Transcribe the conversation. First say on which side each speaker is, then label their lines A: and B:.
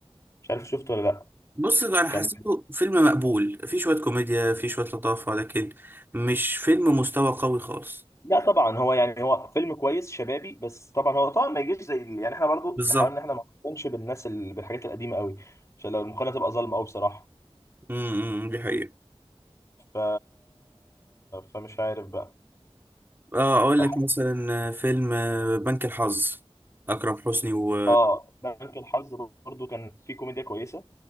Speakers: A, on the left; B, on the right.
A: مش عارف شفته ولا لا
B: بص انا
A: كان
B: حسيته فيلم مقبول فيه شوية كوميديا فيه شوية لطافة لكن مش فيلم مستوى قوي خالص
A: لا طبعا هو يعني هو فيلم كويس شبابي بس طبعا هو طبعا ما يجيش زي ال- يعني احنا برضو
B: بالظبط
A: نحاول ان احنا ما نقارنش بالناس ال... بالحاجات القديمه قوي عشان لو المقارنه تبقى ظالمه قوي بصراحه
B: امم دي حقيقة
A: ف فمش عارف بقى
B: اه اقول
A: فح...
B: لك مثلا آه، فيلم آه، بنك الحظ اكرم حسني و
A: اه بنك الحظ برضو كان فيه كوميديا كويسه